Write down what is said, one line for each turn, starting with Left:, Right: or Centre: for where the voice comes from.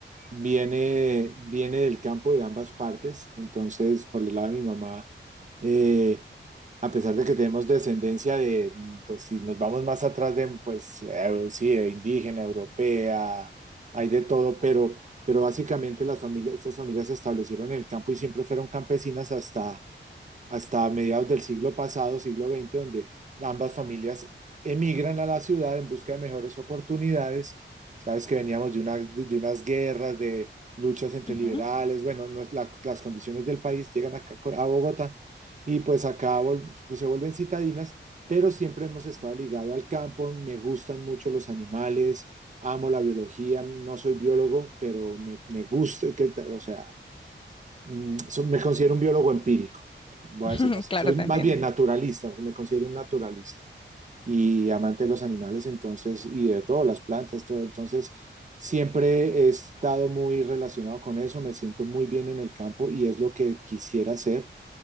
Right: viene, viene del campo de ambas partes, entonces por el lado de mi mamá. eh, A pesar de que tenemos descendencia de, mm, pues si nos vamos más atrás de, pues eh, sí, de indígena, europea, hay de todo, pero, pero básicamente las familias, estas familias se establecieron en el campo y siempre fueron campesinas hasta, hasta mediados del siglo pasado, siglo veinte donde ambas familias emigran a la ciudad en busca de mejores oportunidades. Sabes que veníamos de, una, de unas guerras, de luchas entre
Left: Ujú.
Right: liberales, bueno, no es la, las condiciones del país llegan acá co- a Bogotá y pues acá vol, pues se vuelven citadinas, pero siempre hemos estado ligado al campo, me gustan mucho los animales, amo la biología, no soy biólogo, pero me, me gusta, que, o sea, mm, so- me considero un biólogo empírico voy
Left: <laughs>
Right: a decirlo así,
Left: Claro,
Right: soy
Left: te
Right: más
Left: entiendo.
Right: bien naturalista, me considero un naturalista y amante de los animales, entonces, y de todo, las plantas, todo, entonces, siempre he estado muy relacionado con eso, me siento muy bien en el campo y es lo que quisiera hacer.